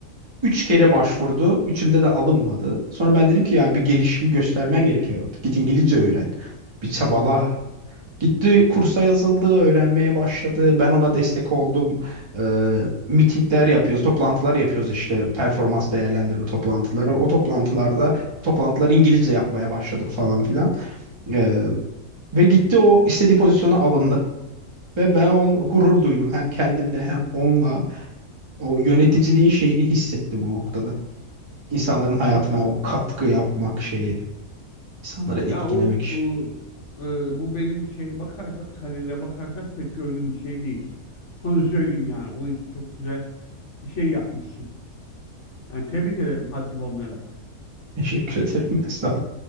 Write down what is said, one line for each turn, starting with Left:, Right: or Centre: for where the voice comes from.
Right: Üç kere
Left: Evet,
Right: başvurdu. Üçünde de alınmadı. Sonra ben dedim ki yani bir gelişim göstermen gerekiyor. artık. Git İngilizce öğren. Bir çabala. Gitti kursa yazıldı, öğrenmeye başladı. Ben ona destek oldum. Ee, mitingler yapıyoruz, toplantılar yapıyoruz işte performans değerlendirme toplantıları. O toplantılarda toplantıları İngilizce yapmaya başladık falan filan. Ee, ve gitti o istediği pozisyona alındı. Ve ben on gurur duydum hem kendimle hem onunla. O yöneticiliğin şeyini hissettim o noktada. İnsanların hayatına
Left: çok güzel.
Right: o katkı yapmak şeyi, insanları etkilemek
Left: Ya o bu
Right: işi.
Left: e, bu benim şeye bakarsak kariyere bakarsak pek gördüğüm bir şey değil. Onu söyleyeyim yani. Onun için çok güzel bir şey yapmışsın. Yani tebrik ederim haddim olmayarak.
Right: <laughs> Teşekkür ederim Mesut abi.